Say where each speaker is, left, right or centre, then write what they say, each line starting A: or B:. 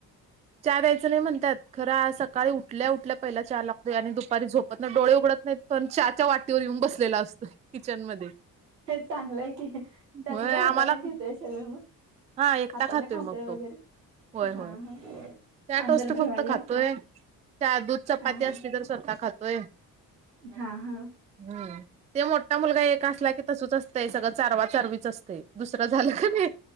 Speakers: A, on the right; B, on the right.
A: चहा द्यायचा नाही म्हणत्यात खरं सकाळी उठ उ ठल्या उठल्या पहिला चहा लागतोय आणि दुपारी झोपत नाय डोळे उघडत नाहीत पण चहाच्या वाटीवर येऊन बसलेला असतोय. किचन मध्ये
B: चांगलंय की त्याच
A: होय
B: तर
A: आम्हाला
B: हाताने घेतोय सगळ मग
A: हा एकटा
B: हाताने खातोय
A: मग तो
B: वगैरे
A: होय
B: हा
A: होय
B: हा
A: चहा
B: आमच्याला
A: टोस्ट फक्त
B: भरवायला लागते
A: खातोय दूध चपाती
B: हा हा
A: असली तर स्वतः खातोय
B: हा हा
A: हम् ते मोठा मुलगा एक असला की तसच असतंय सगळं चारवा चारवीच असते दुस सरा झाला का नाही